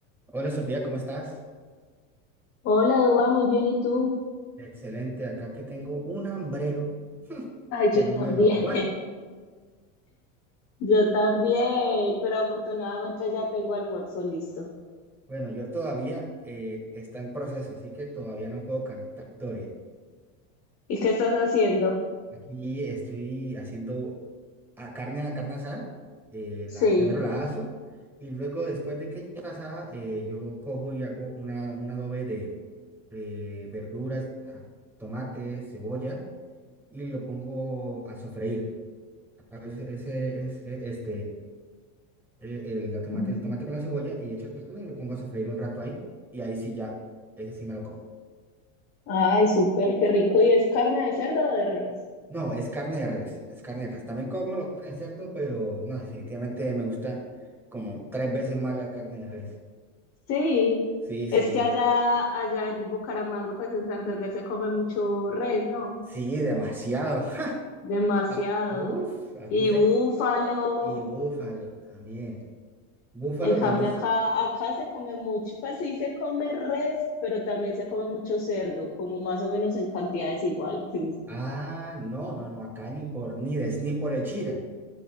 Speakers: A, in the centre; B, on the left.
A: Hola Sofía, ¿cómo estás?
B: Hola, Dua, muy bien, ¿y tú?
A: Excelente, acá que tengo un hambrero
B: Ay,
A: que
B: yo
A: no
B: también,
A: me lo aguanta.
B: <laughs> yo también, pero afortunadamente ya tengo almuerzo listo.
A: Bueno, yo todavía eh, está en proceso, así que todavía no puedo cantar victoria.
B: ¿Y qué estás haciendo?
A: Aquí estoy haciendo a- carne a carne asada, eh,
B: Sí.
A: la, primero la aso y luego después de que ya está asada, eh, yo cojo y hago una, un adobe de eh, verduras, ah, tomate, cebolla y lo pongo a sofreír. Ah, Ese, ese es e- este. el el, la tomate,
B: Ujú.
A: el tomate con la cebolla y echo la carne y lo pongo a sofreír un rato ahí. Y ahí sí ya, ese sí me lo como.
B: Ay, súper, qué rico. ¿Y es carne de cerdo o de res?
A: No, es carne de res, es carne de res. También como lo de cerdo, pero no, definitivamente me gusta como tres veces más la carne de res.
B: Sí,
A: Sí,
B: es
A: sí,
B: que allá, allá en Bucaramanga, pues en Santander se come mucho res, ¿no?
A: sí, demasiado. <laughs>
B: Demasiado.
A: Ah, uf, aquí
B: Y
A: se...
B: búfalo.
A: Y búfalo también. Búfalo
B: En cambio,
A: también. es-
B: acá, acá se come mucho, pues sí se come res, pero también se come mucho cerdo, como más o menos en cantidades iguales. <laughs>
A: Ah, no, no, no, acá ni por, ni des, ni por el chile.